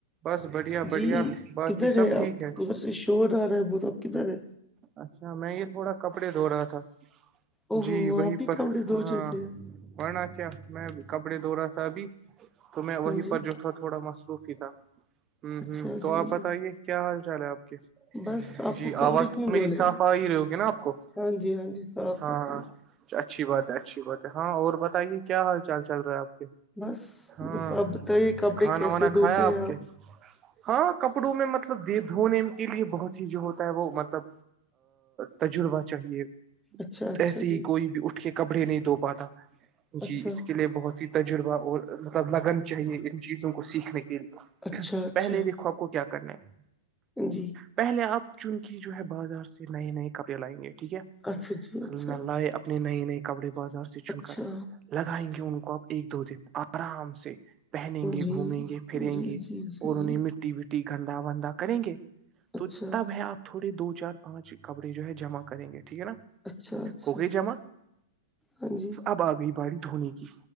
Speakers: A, on the right; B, in the centre.
A: بس بڑھیا بڑھیا
B: جی
A: باقی
B: کدھر
A: سب
B: ہے
A: ٹھیک
B: آپ ادھر سے شور آرہا ہے آپ کدھر ہے
A: اچھا میں یہ تھوڑا کپڑے دھو رہا تھا
B: او
A: جی
B: ہو
A: وہیں
B: آپ ہی
A: پر
B: کپڑے دھو
A: ہاں
B: دیتے ہیں
A: ورنہ کیا میں کپڑے دھو رہا تھا ابھی تو میں
B: ہاں
A: وہیں
B: جی
A: پر جو تھا تھوڑا مصروف ہی تھا ہوں
B: اچھا
A: ہوں تو
B: جی
A: آپ بتائیے کیا حال چال ہے آپ کے
B: بس آپ
A: جی
B: کو کپڑے
A: آواز تو
B: کیوں
A: میری
B: دھونے
A: صاف
B: ہیں
A: آ ہی رہی ہوگی نا آپ کو
B: ہاں جی ہاں جی
A: ہاں
B: ہے
A: اچھی بات ہے اچھی بات ہے ہاں اور بتائیے کیا حال چال چل رہا ہے آپ کے
B: بس
A: ہاں
B: بس آپ بتائیے کپڑے
A: کھانا
B: کیسے
A: وانا
B: دھوتے
A: کھایا
B: ہیں
A: کے
B: آپ
A: ہاں کپڑوں میں مطلب مطلب دی دھونے کے لیے بہت ہی جو ہوتا ہے وہ مطلب تجربہ چاہیے
B: اچھا اچھا
A: ایسے ہی
B: جی
A: کوئی بھی اٹھ کے کپڑے نہیں دھو پاتا جی
B: اچھا
A: اس کے لیے بہت ہی تجربہ اور مطلب لگن چاہیے ان چیزوں کو سیکھنے کے لیے
B: اچھا اچھا
A: پہلے دیکھو آپ کو کیا کرنا ہے
B: جی
A: پہلے آپ چن کی جو ہے بازار سے نئے نئے کپڑے لائیں گے ٹھیک ہے
B: اچھا جی اچھا
A: اللہ لائے اپنے نئے نئے کپڑے بازار سے
B: اچھا
A: چن کر لگائیں گے ان کو ا ایک دو دن آرام سے پہنیں گے
B: جی
A: گھومیں گے پھریں
B: جی
A: گے
B: جی جی
A: اور
B: جی
A: انہیں مٹی بھی گندا وندا کریں گے
B: اچھا
A: تو تب ہے آپ تھوڑے دو چار پانچ کپڑے جو ہے جمع کریں گے ٹھیک ہے نا
B: اچھا اچھا
A: ہو گئی جمع
B: ہاں جی
A: اب آ گئی بی دھونے کی